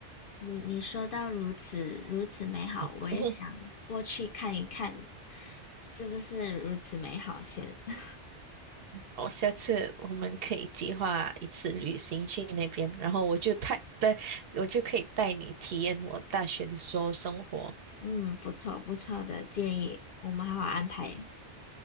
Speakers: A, on the left; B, on the right.
A: 你你说到如此如此美好，
B: <laughs>
A: 我也想过去看一看，是不是如此美好先？<laughs>
B: 哦，下次我们可以计划一次旅行去那边，然后我就带带，我就可以带你体验我大学的时候生活。
A: 嗯，不错不错的建议，我们好好安排。